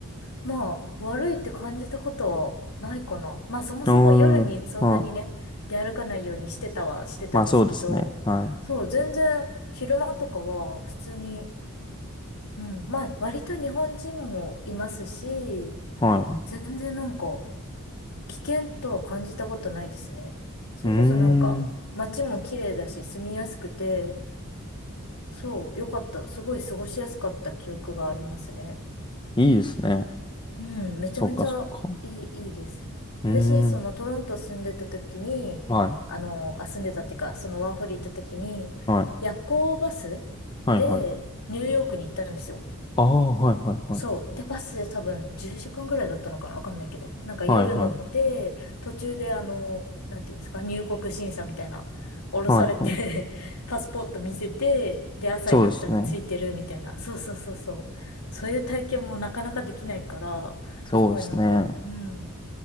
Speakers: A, on the left; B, on the left.
A: まあ、悪いって感じたことはないかな。まあ、そもそも夜にそんなにね、
B: うーん、はい。
A: 出歩かないようにしてたはしてたですけど、
B: まあそうですね。はい。
A: そう、全然昼間とかは普通に、うん、まあ、割と日本人もいますし、
B: は
A: 全然なんか、危険とは感じたことないですね。それこそなんか、
B: い。うーん、
A: 街も綺麗だし、住みやすくて、そう、よかった。すごい過ごしやすかった記憶がありますね。
B: いいですね。
A: うん、めちゃめちゃいい、
B: そっかそっか。
A: いいです。
B: うーん、
A: 私、そのトロント住んでた時に、
B: はい。
A: あの、あ、住んでたっていうか、そのワーホリ行った時に、
B: はい。
A: 夜行バスでニューヨークに行ったんですよ。
B: はいはい。ああ、はいはいはい。
A: そう。で、バスで多分10時間ぐらいだったのかなわかんないけど。なんか夜乗って、
B: はいはい。
A: 途中であの、なんていうんですか、入国審査みたいな、降ろされて
B: はいはい。
A: <laughs> パスポート見せて、で、朝になったらついてるみたいな。
B: そうですね。
A: そうそうそうそう。そういう体験もなかなかできないから、
B: そうですね。
A: すごいなんか、うん。